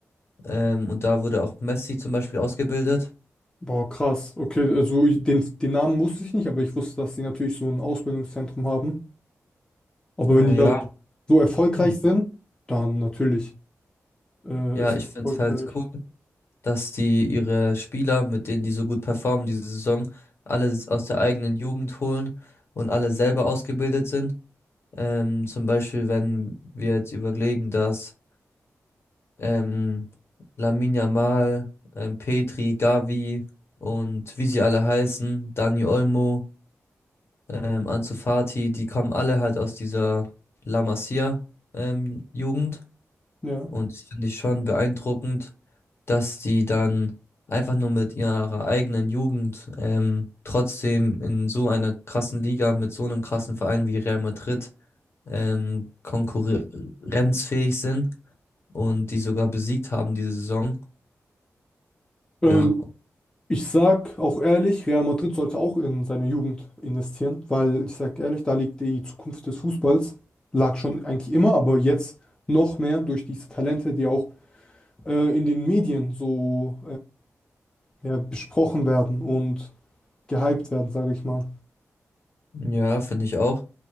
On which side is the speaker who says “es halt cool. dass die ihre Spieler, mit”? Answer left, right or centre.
Left